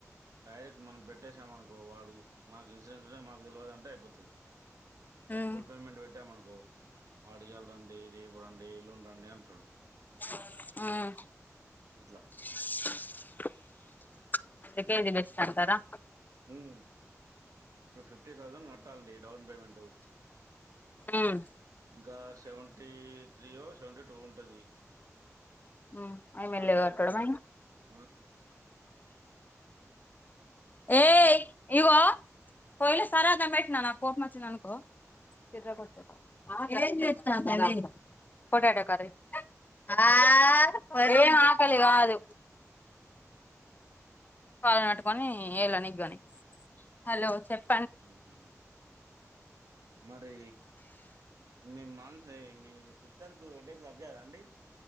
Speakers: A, on the right; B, on the left.
A: డైరెక్ట్ మనం పెట్టేసామనుకో వాడు మాక్ ఇన్సూరెన్స్వే మా తెల్వదంటే అయిపోతది. ఇలా
B: ఉమ్
A: ఫుల్ పేమెంట్ పెట్టామన్కో వాడ్ ఇయాల్ రండి, రేపు రండి, ఎల్లున్ రండి అంటడు.
B: మ్
A: అట్లా.
B: <unintelligible> బెస్ట్ అంటరా
A: హ్మ్ ఇప్పుడ్ ఫిఫ్టీ థౌసండ్ కట్టాండి డౌన్ పేమెంటు.
B: ఉమ్
A: ఇంకా సెవెంటీ త్రీయో సెవెంటీ టూ ఒ ఉంటది.
B: ఉమ్ అయి మెల్లగా
A: తానికే అయిపోతద్
B: కట్టడమా
A: అంతే ఆ
B: ఏయ్
A: ఏందండి?
B: ఇగొ పొయ్యిల సరాత పెట్టిన నాక్ కోపం వచ్చిందన్కో <unintelligible> పోటటో కర్రీ ఆ మరేం ఆకలి గాదు. కాళ్ పట్టుకొని ఏలనిక్ గని హలో చెప్
A: <unintelligible> మరి మీ మాన్సే మీ సిస్టర్కు <unintelligible> టారా అండి.